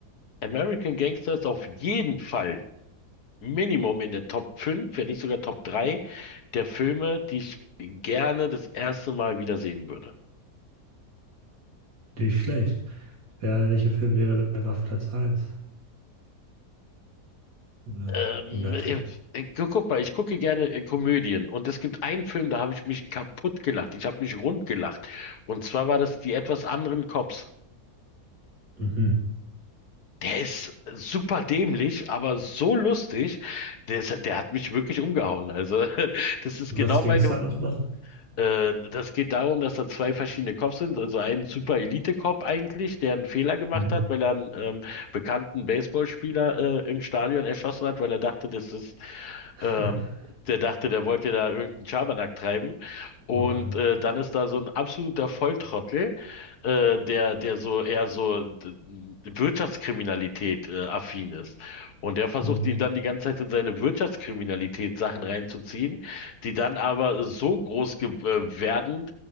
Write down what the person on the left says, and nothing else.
American Gangster ist auf jeden Fall Minimum in der Top 5, wenn nicht sogar Top 3 der Filme, die ich gerne das erste Mal wiedersehen würde.
Ähm,
ich,
ich, guck mal, ich gucke gerne äh, Komödien und es gibt einen Film, da habe ich mich kaputt gelacht. Ich habe mich rund gelacht. Und zwar war das die etwas anderen Cops.
Der ist super dämlich, aber so lustig. Der, ist, der hat mich wirklich umgehauen. Also, <laughs> das ist
genau
meine
Äh, das geht darum, dass da zwei verschiedene Cops sind. Also ein Super Elite-Cop eigentlich, der einen Fehler gemacht
hat, weil er einen ähm, bekannten Baseballspieler äh, im Stadion erschossen hat, weil er dachte, das ist,
ähm, der dachte, der wollte da irgendeinen Schabernack treiben. Und
äh, dann ist da so ein absoluter Volltrottel, äh, der, der so eher so d- Wirtschaftskriminalität äh, affin ist. Und der versucht
ihn dann die ganze Zeit in seine Wirtschaftskriminalität Sachen reinzuziehen die dann aber so groß ge äh, werden,